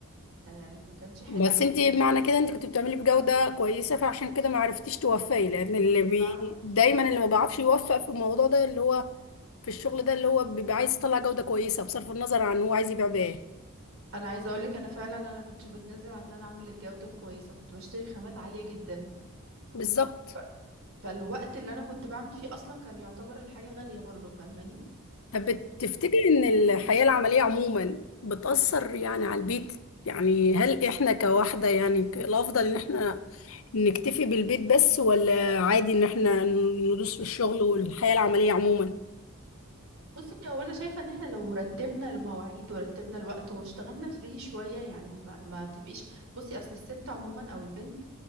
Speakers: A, on the right; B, on the left.
A: آه، ما كانش حلو
B: بس
A: يعني
B: انت
A: فاهماني؟
B: معنى كده انت كنت بتعملي بجودة كويسة فعشان كده ما عرفتيش توفقي لان اللي بي...
A: بعمل-
B: دايما اللي ما بيعرفش يوفق في الموضوع ده اللي هو في الشغل ده اللي هو بيبقى عايز يطلع جودة كويسة بصرف النظر عن هو عايز يبيع بايه
A: انا عايزه اقول لك انا فعلا انا كنتش بتنازل عن ان انا اعمل الجوده كويسه كنت بشتري خامات عاليه جدا
B: بالظبط
A: ف- فالوقت اللي انا كنت بعمل فيه اصلا كان يعتبر الحاجه غاليه برضه فاهماني
B: طب بتفتكر ان الحياة العملية عموما بتأثر يعني على البيت يعني هل احنا كواحدة يعني ك- الافضل ان احنا نكتفي بالبيت بس ولا عادي ان احنا ندوس في الشغل والحياة العملية عموما
A: بصي هو انا شايفه ان احنا لو رتبنا المواعيد ورتبنا الوقت واشتغلنا فري شويه يعني ما, ما تبقيش بصي اصل الست عموما او البنت